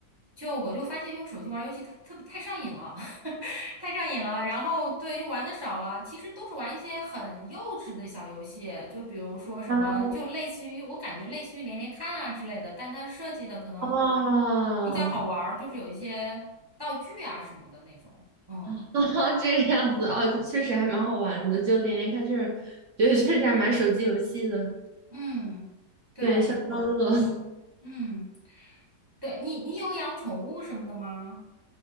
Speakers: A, on the right; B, on the right.
A: 就我就发现用手机玩游戏它特别太上瘾了，<laughs> 太上瘾了。然后对，就玩的少了。其实都是玩一些很幼稚的小游戏，就比如说什么，
B: 啊
A: 就类似于我感觉类似于连连看啊之类的，但它设计的可能
B: 啊！
A: 比较好玩儿，就是有一些道具啊什么的那种。嗯
B: <laughs> 哦，这个样子哦，确实还蛮好玩的，就连连看这种，对，确实还蛮手机游戏的。
A: 嗯，对。
B: 对，消消乐 <laughs>
A: 嗯，对你，你有养宠物什么的吗？